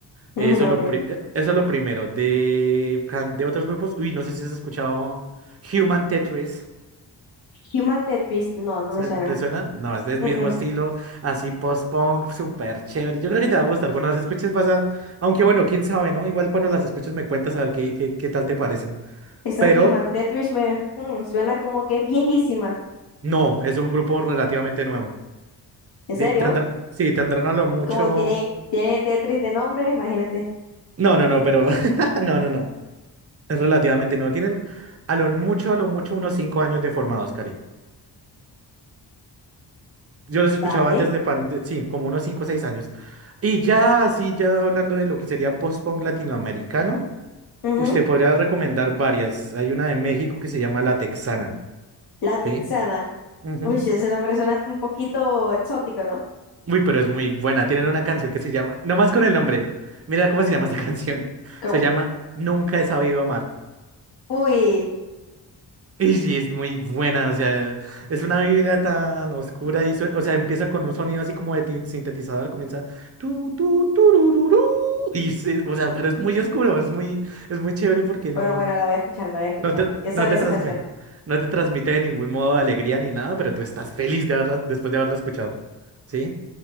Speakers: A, on the left; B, on the right.
A: Ujú,
B: Eso lo
A: obvio.
B: pri- eh, eso es lo primero. De, can- de otros grupos, uy, no sé si has escuchado Human Tetris.
A: Human Tetris, no, no
B: ¿Se-
A: me suena.
B: ¿Te suena? No, es del
A: Mm,
B: mismo
A: mm.
B: estilo, así post-punk, súper chévere. Yo creo que te va a gustar. Cuando las escuches vas a... Aunque bueno, quién sabe, ¿no? Igual cuando las escuches me cuentas a ver qué, qué, qué tal te parecen.
A: Esa
B: Pero
A: Human Tetris me mm, suena como que es viejísima.
B: no, es un grupo relativamente nuevo.
A: ¿En
B: Di-
A: serio?
B: tendrá- Sí, tendrán a lo mucho...
A: Como tiene, tiene Tetris de nombre, imagínate.
B: No, no, no, pero... <laughs> No, no, no. Es relativamente nuevo. Tienen a lo mucho, a lo mucho unos cinco años de formados, Cari. Yo los escuchaba
A: Vale.
B: antes de pan... de- Sí, como unos cinco o seis años. Y ya, así, ya hablando de lo que sería post-punk latinoamericano.
A: Ujú.
B: Usted podría recomendar varias. Hay una de México que se llama La Texana,
A: La texana.
B: ¿sí? Ujú.
A: Uy, sí, ese nombre suena un poquito exótico, ¿no?
B: Uy, pero es muy buena. Tienen una canción que se llama, nomás con el nombre. Mira cómo se llama esta <laughs> canción.
A: ¿Cómo?
B: Se llama Nunca he sabido amar.
A: Uy,
B: Y sí, es muy buena, o sea, es una vida tan oscura y eso, o sea, empieza con un sonido así como de ti- sintetizador, comienza tu tu turururú, y se- o sea, pero es muy oscuro, es muy es muy chévere porque
A: bueno,
B: no
A: bueno, la voy a escuchar, la voy a escuchar.
B: No te,
A: Esa
B: no
A: vez
B: te
A: se
B: transmi-
A: me suena.
B: no te transmite de ningún modo alegría ni nada, pero tú estás feliz de haberla, después de haberla escuchado. ¿Sí?